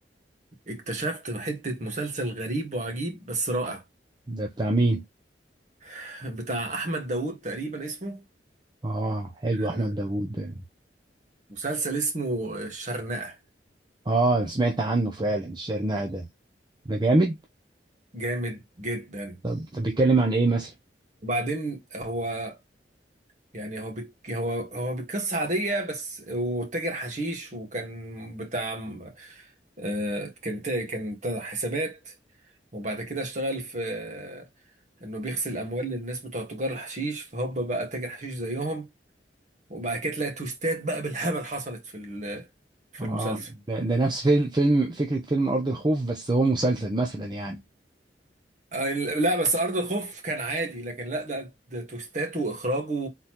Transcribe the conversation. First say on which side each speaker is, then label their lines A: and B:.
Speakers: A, on the right (about 45°); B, on the right (about 25°).
A: اكتشفت حتة مسلسل غريب وعجيب بس رائع
B: ده بتاع مين
A: <laughs> بتاع احمد داوود تقريبا اسمه
B: اه حلو احمد
A: آه،
B: داوود ده
A: مسلسل اسمه الشرنقة
B: اه سمعت عنه فعلا الشرنقة ده ده جامد
A: جامد جدا
B: طب طب بيتكلم عن ايه مثلا
A: وبعدين هو يعني هو بك هو هو بقصة عادية بس وتاجر حشيش وكان بتاع آه، كان تا- كان تا- حسابات وبعد كده اشتغل في آه، انه بيغسل اموال للناس بتوع تجار الحشيش فهوبا بقى تاجر حشيش زيهم وبعد كده تلاقي توستات بقى بالهبل حصلت في ال- في
B: اه
A: المسلسل
B: ده, ده نفس فيلم, فيلم فكره فيلم ارض الخوف بس هو مسلسل مثلا يعني
A: آه، لا بس ارض الخوف كان عادي لكن لا ده ده توستاته واخراجه